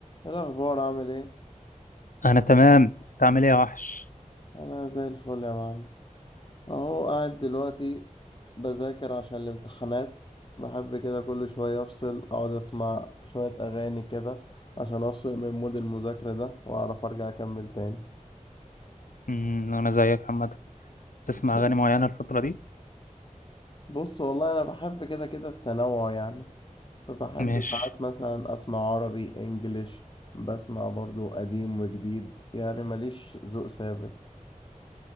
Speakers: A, on the left; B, on the left.
A: إيه الأخبار عامل ايه؟
B: انا تمام انت عامل ايه يا وحش
A: أنا زي الفل يا معلم أهو قاعد دلوقتي بذاكر عشان الامتحانات بحب كده كل شوية أفصل أقعد أسمع شوية أغاني كده عشان أفصل من مود المذاكرة ده وأعرف أرجع أكمل تاني
B: امم انا زيك عامه تسمع
A: إيه،
B: اغاني معينه الفتره دي
A: بص والله أنا بحب كده كده التنوع يعني فبحب
B: ماشي
A: ساعات مثلا أسمع عربي إنجليش بسمع برضو قديم وجديد يعني ماليش ذوق ثابت